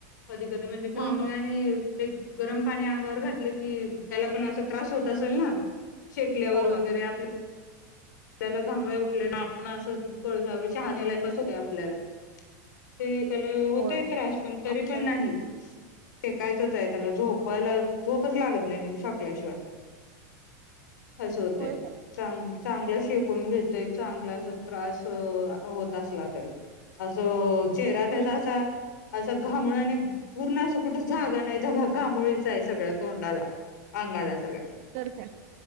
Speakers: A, on the left; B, on the right.
A: कधी कधी म्हणजे घामुळ्यांनी
B: हम्म हम्म
A: ते गरम पाणी अंगावर घातलं की त्याला पण असं त्रास होत असेल ना. शेकल्यावर
B: होय
A: वगैरे आपल्या त्याला घामुळे उठले आपण असं कोळसा बीळ चहा <inaudible> कस आपल्याला ते त्याला होतय
B: होय.
A: त्रास पण तरी
B: आपल्यालाच
A: पण नाही. शेकायचंच आहे. त्याला झोपायला झोपच लागतं <unintelligible> शेकल्याशिवाय. अस होतंय
B: होय काय
A: चांग चांगल शे शेकून घेतोय चांगल अस त्रास होत असला तरी. अस चेहरा त्याचा
B: हम्म
A: असा अस घामोळ्याने पूर्ण अस कुठ जागा नाही त्याला घामोळी साय सगळ्या तोंडाला अंगाला सगळ्या
B: तर काय